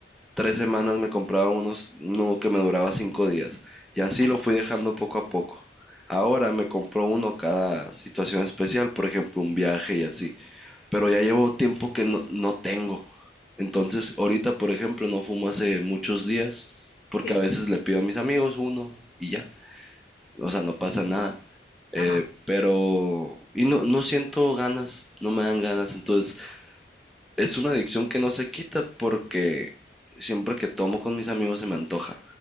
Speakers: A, in the centre; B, on the left.
A: tres semanas me compraba unos, uno que me duraba cinco días. Y así
B: ajá,
A: lo fui dejando poco a poco. Ahora me compro uno cada situación especial, por ejemplo, un viaje y así. Pero ya llevo tiempo que no, no tengo. Entonces, ahorita, por ejemplo, no fumo hace muchos días, porque
B: sí,
A: a veces le pido a mis amigos uno y ya. O sea, no pasa nada. Eh,
B: ajá.
A: pero... Y no, no siento ganas, no me dan ganas. Entonces, es una adicción que no se quita porque siempre que tomo con mis amigos se me antoja.